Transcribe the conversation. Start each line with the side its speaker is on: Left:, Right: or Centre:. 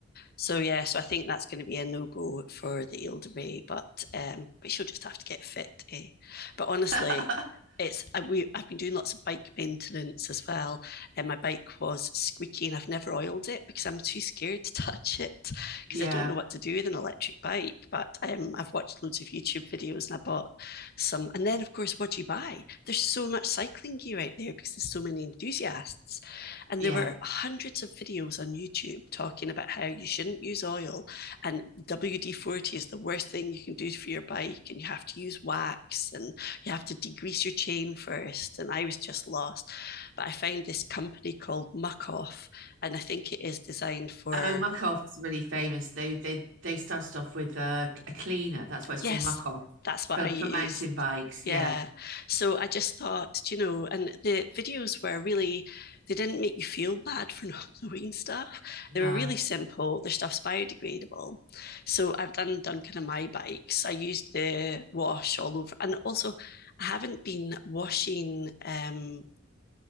Left: So yeah, so I think that's going to be a no go for the Eldebay, but um, but she'll just have to get fit. Eh? But honestly,
Right: <laughs>
Left: it's I- we I've been doing lots of bike maintenance as well, and my bike was squeaky, and I've never oiled it because I'm too scared to <laughs> touch it because
Right: Yeah,
Left: I don't know what to do with an electric bike. But um, I've watched loads of YouTube videos, and I bought some. And then, of course, what do you buy? There's so much cycling gear out there because there's so many enthusiasts. And
Right: yeah.
Left: there were hundreds of videos on YouTube talking about how you shouldn't use oil and WD 40 is the worst thing you can do for your bike. And you have to use wax and you have to degrease your chain first. And I was just lost. But I found this company called Muck Off, and I think it is designed for
Right: Oh, Muck Off's really famous. They they they started off with a, a cleaner. That's why it's
Left: yes,
Right: called Muck Off
Left: that's what
Right: for
Left: I used.
Right: for mountain bikes.
Left: Yeah.
Right: Yeah.
Left: So I just thought, you know, and the videos were really, they didn't make you feel bad for <laughs> not knowing stuff.
Right: No.
Left: They were really simple. Their stuff's biodegradable. So I've done Duncan and my bikes. I used the wash all over. And also, I haven't been washing um,